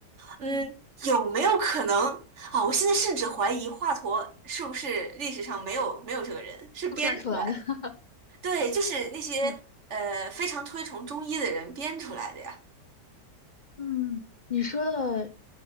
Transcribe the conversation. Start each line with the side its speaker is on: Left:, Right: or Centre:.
Right: 嗯，
Left: 嗯，
Right: 有没有可能啊？我现在甚至怀疑华佗是不是历史上没有没有这个人，是编出来的。
Left: 都站出来的。<laughs>
Right: 对，就是那些呃非常推崇中医的人编出来的呀。
Left: 嗯嗯，你说的